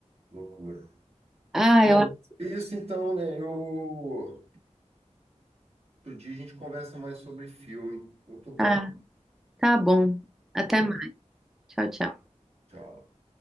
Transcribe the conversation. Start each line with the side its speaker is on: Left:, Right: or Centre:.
Right: Loucura.
Centre: Ah,
Right: Bom,
Centre: eu...
Right: é isso então, né? Eu Outro dia a gente conversa mais sobre filme. Muito bom.
Centre: ah, tá bom. Até
Right: Bom,
Centre: mais. Tchau, tchau.
Right: tchau.